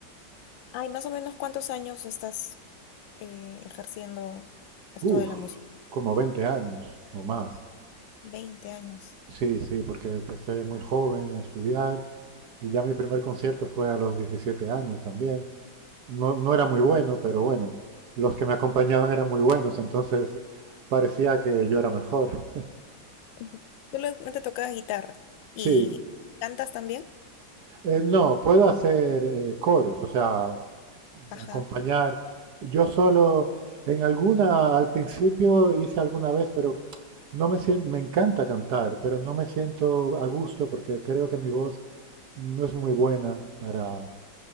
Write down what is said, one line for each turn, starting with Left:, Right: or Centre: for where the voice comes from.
Left: Ay, más o menos cuántos años estás eh, ejerciendo esto
Right: Uf,
Left: de la música.
Right: como 20 años o más.
Left: veinte años.
Right: Sí, sí, porque empecé muy joven a estudiar y ya mi primer concierto fue a los 17 años también. No, no era muy bueno, pero bueno, los que me acompañaban eran muy buenos, entonces parecía que yo era mejor.
Left: Ujú. Solamente tocas guitarra y
Right: Sí,
Left: cantas también.
Right: eh, no, puedo hacer eh, coros, o sea,
Left: Ajá.
Right: acompañar. Yo solo, en alguna, al principio hice alguna vez, pero no me siento, me encanta cantar, pero no me siento a gusto porque creo que mi voz no es muy buena para,